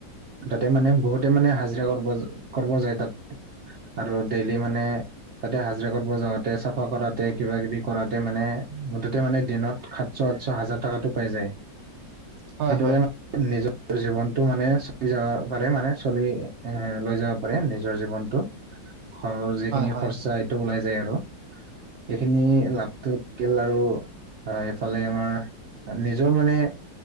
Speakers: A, on the right (about 60°); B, on the right (about 80°).
A: তাতে মানে বহুতে মানে হাজিৰা কৰ্ব কৰ্ব যায় তাত আৰু ডেইলি মানে তাতে হাজিৰা কৰ্ব যাওঁতে চাফা কৰাতে কিবা-কিবি কৰাতে মানে মুঠতে মানে দিনত সাত ছ, আঠছ, হাজাৰ টাকাটো পাই যায়। সেইদৰে
B: হয় হয় হয়
A: মানে নিজৰ জীৱনতটো মানে চলি যাবা পাৰে মানে চলি এ লৈ যাবা পাৰে নিজৰ জীৱনটো। ঘৰ যিখিনি
B: হয় হয় হয়
A: খৰচা এইটো ওলাই যায় আৰু এইখিনি লাভটো <unintelligible> আৰু এইফালে আমাৰ নিজৰ মানে